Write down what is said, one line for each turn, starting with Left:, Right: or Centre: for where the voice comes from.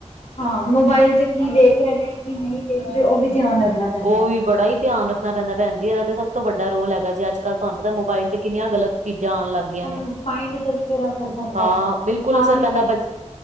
Left: ਹਾਂ, ਮੋਬਾਇਲ ਤੇ ਕੀ ਦੇਖ ਰੈ ਨੇ, ਕੀ ਨਹੀਂ ਦੇਖ ਰੈ ਉਹ ਵੀ ਧਿਆਨ ਰੱਖਣਾ ਪੈਂਦਾ
Right: ਉ ਵੀ ਬੜਾ ਈ ਧਿਆਨ ਣਾ ਪੈਂਦਾ। ਭੈਣਜੀ ਇਹਦਾ ਤੇ ਸਭ ਤੋਂ ਵੱਡਾ ਰੋਲ ਹੈਗਾ, ਜੇ ਅੱਜ ਕੱਲ ਤਾਨੂੰ ਪਤਾ ਮੋਬਾਇਲ ਤੇ ਕਿਨਿਆਂ ਗਲਤ ਚੀਜ਼ਾਂ ਆਨ ਲੱਗ ਗੀਆਂ
Left: ਹੁਣ
Right: ਨੇ।
Left: ਮਾਇੰਡ ਤੇ ਵੀ ਫਿਰ ਅਸਰ ਪੈਂਦਾ
Right: ਹਾਂ ਬਿਲਕੁਲ
Left: ਨਾਲ
Right: ਅਸਰ ਪੈਂਦਾ
Left: ਹੀ ਕਰਕੇ
Right: ਬਚ